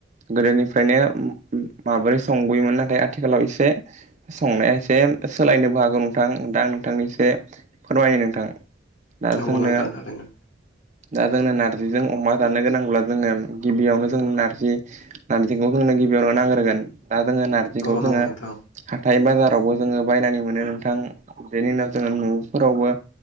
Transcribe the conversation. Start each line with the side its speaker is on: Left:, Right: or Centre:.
Right: गोदोनिफ्रायनो माबोरै संबोयोमोन नाथाय आथिखालाव एसे एसे संनाया एसे सोलायनोबो हागौ नोंथां दा नोंथांनिसे फोरमायोायो नोंथां। दा
Left: नंगौ
Right: जोंनो
Left: नोंथां थारैनो
Right: दा जोंनो नारजिजों अमा जानो गोनां अब्ला जोंङो गिबियावनो जों नारजि नारजिखौ जोंनो गिबियावनो नांग्रोगोन दा जोंङो नारजिखौ
Left: औ नंगौ
Right: जोंङो
Left: नोंथां
Right: हाथाय बाजारावबो जोंङो बायनानै मोनो नोंथां। बेनि उनाव न' फोरावबो